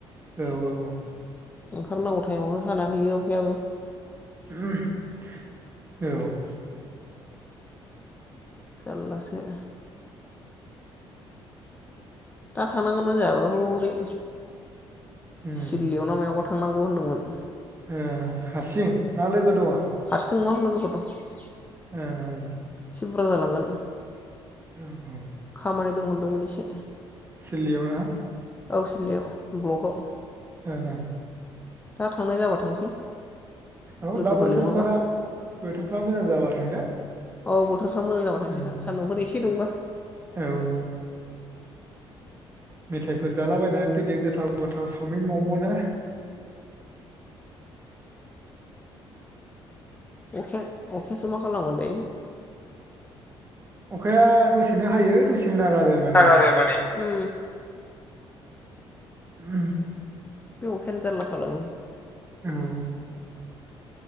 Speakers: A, on the right (about 25°); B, on the left (about 15°).
A: औ औ
B: ओंखारनांगौ थाइमावनो हाना हैयो अखायाबो
A: <unintelligible> औ
B: जारलासो दा थांनांगोन ना जाहाबो हौरै
A: उम
B: सिललि आव ना मायावबा थांनांगौ होन्दोंमोन
A: ओ हारसिं ना लोगो दवा
B: <unintelligible>
A: ओओ
B: थिबुरा जालांगोन ओमह
A: औ औ
B: खामानि दंहोन्दोंमोन इसे
A: सिललियाव ना
B: <unintelligible> ब्लकआव
A: ओं ओं
B: दा थांनाय जाबा थांसै
A: औ
B: लोगोफोर
A: दा बोथोरफोरा
B: लिंहरबा
A: बोथो मोजां जाबा थांदो
B: औ बथोर फ्रा मोजां जाबा थांसै
A: उम
B: दा सान्दुंफोर एसे दुंबा
A: औ औ मेथाइफोर जालाबायनानै फैदो गो गोथाव गोथाव सावमिन म म ना
B: अखे अ खायसो मा खालामोन दै
A: अखाया दसेनो हायो दसे <unintelligible> नागारो माने
B: जागारो माने उम
A: ओमह
B: बे अखायानो जारला खालामो
A: औ